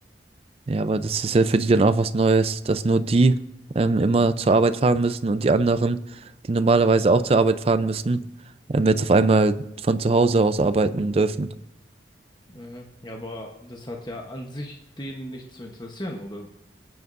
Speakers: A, on the right (about 35°); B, on the left (about 25°).
A: Ja, aber das ist ja für die dann auch was Neues, dass nur die ähm, immer zur Arbeit fahren müssen und die anderen, die normalerweise auch zur Arbeit fahren müssen, ähm, jetzt auf einmal von zu Hause aus arbeiten dürfen.
B: Mhm. Ja, aber das hat ja an sich denen nicht zu interessieren, oder?